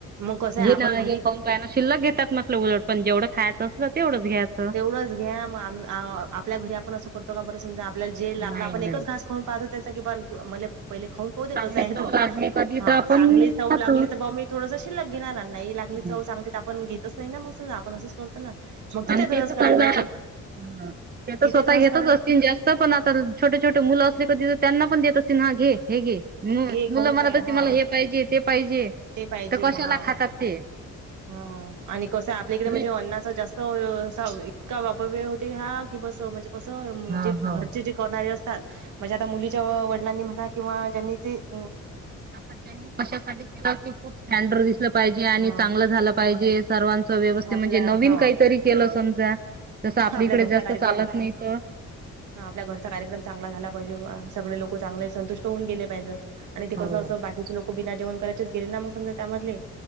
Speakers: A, on the right (about 75°); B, on the right (about 30°).
A: मग कसं
B: घेना
A: आहे आपण घरी
B: हे पण. त्यान शिल्लक घेतात नसलं उलट. पण जेवंढं खायाचं असलं तेवंढंच घ्यायाचं.
A: तेवढच घ्या. मं आ आपल्या घरी आपण असं करतो का बर? समजा आपल्याला जे लागल
B: नाही
A: आपण एकच
B: नाही.
A: घास- खाऊन पाहतो त्याचा कि पण मले पहिले खाऊन पाउदे
B: चांगले
A: कस आहे
B: चव
A: तो.
B: लागली कधी
A: हां.
B: तर आपण
A: चांगली चव
B: खातो.
A: लागली तर ब्वा मी थोडंस शील्लक घेणार. अनं नाही लागली
B: हं.
A: चव चांगली तर आपण घेतच - नाही ना मग सगळ. आपण असंचं करतो ना? मग तिथे
B: आणि
A: तसंच
B: ते त
A: करायला
B: समजा,
A: पाहिजे
B: हं. ते तर
A: तिथे
B: स्वतः
A: तसंच
B: घेतच
A: करायला
B: असतील जास्त. -स्त. पण आता छोटे छोटे मुलं असले का तिथं त्यांना पण देत असतील हां. घे. हे घे. हं.
A: घे
B: मुलं
A: खाऊन
B: म्हणत
A: पाय
B: असतील
A: हा
B: मला हे पाहिजे ते पाहिजे
A: ते पाहिजे
B: तर कशाला
A: हा
B: खातात ते-
A: हा. आणि कसंय आपल्याकडे म्हणजे
B: मी-
A: अन्नाच जास्त- -स्त असा इतका अपव्यय होतेय हा की बस. म्हणजे कसं
B: हा
A: जे
B: हो
A: घरचे
B: हो
A: जे- करणारे असतात. म्हणजे आता मुलीच्या वडलांनी म्हणा किंवा ज्यांनी जे -
B: आता त्यांनी कशासाठी केलं की खूप स्टँडर्ड दिसलं पाहिजे.
A: हा
B: आणि चांगलं झालं पाहिजे. सर्वांच व्यवस्थि
A: आपला
B: म्हणजे नवीन
A: हा
B: काहीतरी केलं समजा. जसं आपलीकडे
A: आपल्या घरचा
B: जास्त
A: कार्यक्रम-
B: चालत नाही तर
A: हं. आपल्या घरचा कार्यक्रम चांगला झाला पाहिजे बा. सगळे लोक चांगले संतुष्ट होऊन गेले पाहिजे. आणि ते
B: हो
A: कसं असं बाकीचे लोक बिना जेवण करायचेच गेले ना मग समजा त्यामधले